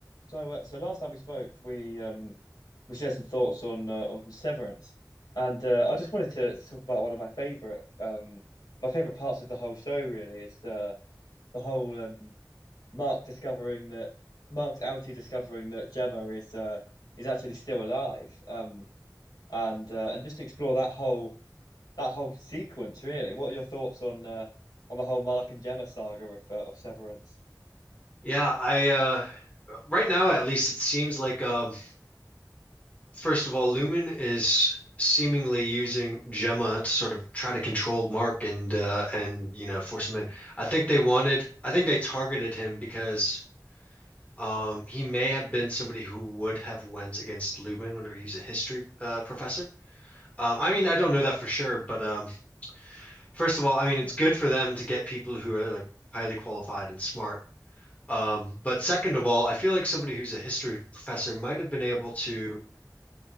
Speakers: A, on the left; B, on the left.
A: So, uh, so last time we spoke, we um we shared some thoughts on uh, on Severance, and uh, I just wanted to, to talk about one of my favorite um my favorite parts of the whole show. Really, is the the whole um Mark discovering that Mark's outie discovering that Gemma is uh is actually still alive. Um and uh, and just to explore that whole that whole sequence. Really, what are your thoughts on uh on the whole Mark and Gemma saga of uh, of Severance?
B: Yeah, I uh right now at least it seems like um first of all Lumen is seemingly using Gemma to sort of try to control Mark and uh and you know force him in. I think they wanted I think they targeted him because um he may have been somebody who would have went against Lumen whenever he's a history uh professor. Um I mean I don't know that for sure, but um first of all, I mean it's
A: Yeah.
B: good for them to get people who are like highly qualified and smart Um, but second of all, I feel like somebody who's a history professor might have been able to